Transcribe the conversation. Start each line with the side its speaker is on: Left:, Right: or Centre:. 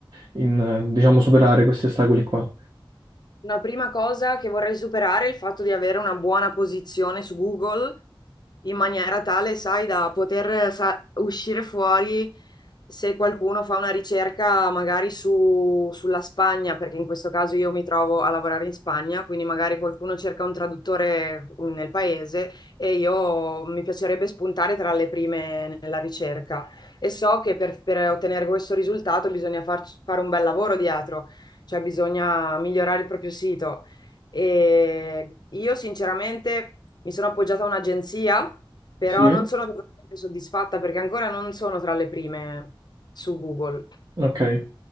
Right: in, eh, diciamo, superare questi ostacoli qua?
Left: Una prima cosa che vorrei superare è il fatto di avere una buona posizione su Google in maniera tale, sai, da poter sa- uscire fuori se qualcuno fa una ricerca magari su- sulla Spagna, perché in questo caso io mi trovo a lavorare in Spagna, quindi magari qualcuno cerca un traduttore nel paese e io mi piacerebbe spuntare tra le prime nella ricerca. E so che per, per ottenere questo risultato bisogna farci- fare un bel lavoro dietro cioè bisogna migliorare il proprio sito. E io sinceramente mi sono appoggiata a un'agenzia, però
Right: Sì?
Left: non sono totalmente soddisfatta perché ancora non sono tra le prime su Google.
Right: Ok.